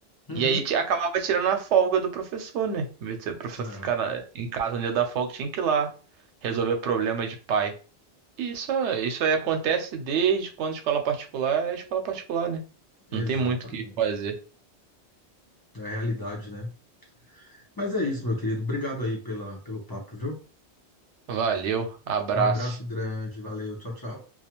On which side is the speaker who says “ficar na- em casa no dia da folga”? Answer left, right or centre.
Right